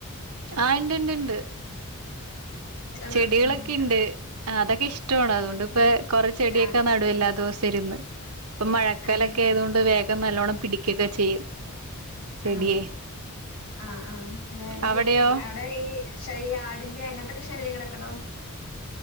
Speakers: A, on the right; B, on the left.
A: ആ ഇണ്ട് ഇണ്ട് ഇണ്ട്
B: ഉണ്ടോ
A: ചെടികൾ
B: ഏഹ്
A: ഒക്കെ ഇണ്ട് അതൊക്കെ ഇഷ്ടമാണ് അത്കൊണ്ട് കൊറെ ചെടി
B: ആഹ്
A: ഒക്കെ നടും എല്ലാ ദിവസവും ഇരുന്ന്. ഇപ്പം മഴക്കാലം
B: ആഹ്
A: ഒക്കെ ആയതുകൊണ്ട് വേ ഇപ്പം നല്ലോണം പിടിക്ക ഒക്കെ ചെയ്യും. ചെടിയെ
B: ആ ആ ആ വേ
A: അവിടെയോ
B: പിടിക്കും. അവിടെ ഈ ശൈ ആടിന്റെ അങ്ങനത്തെ ഒക്കെ ശല്യങ്ങൾ ഒക്കെ ഉണ്ടോ?